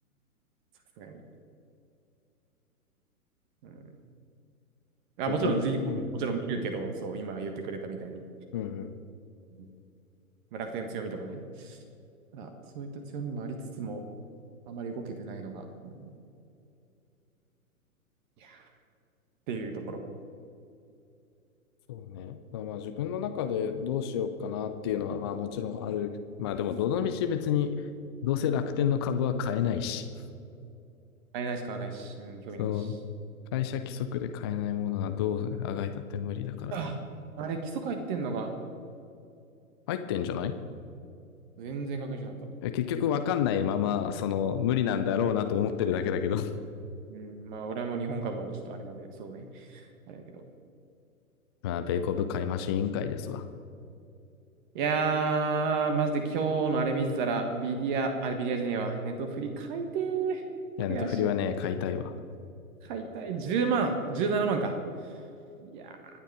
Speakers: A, on the right; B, on the left.
A: さすがに。うん、あ、
B: 逆に。
A: もちろん事業、
B: うん。
A: もちろん見るけど、そう、今言ってくれたみたいに、
B: うんうん
A: うんまあ楽天の強みとかね、ただ、そういった強みもありつつも、あまり動けてないのが、うんいやっていうところ。
B: そうね。だからまあ自分の中でどうしようかなっていうのはまあもちろんある。まあでもどの道別にどうせ楽天の株は買えないし。
A: あれないし買わないし、うん、興味ないし。
B: そう。会社規則で買えないものはどうあがいたって無理だから。
A: ああれ、基礎入ってんのが、
B: 入ってんじゃない
A: 全然確認しなかった。
B: え結局わかんないまま、その無理なんだろうなと思ってるだけだけど。
A: うん、まあ、俺はもう日本株はちょっとあれなんで、そうね。あれだけど。
B: <laughs> まあ米国買い増し委員会ですわ。
A: いやー、マジで今日のあれ見てたら、ビディア、あれビディアじゃねえわ、ネットフリ買いてー。
B: いや、ネトフリはね、
A: 悔しい。
B: 買いたいわ。
A: 買いたい。10万、17万か。いや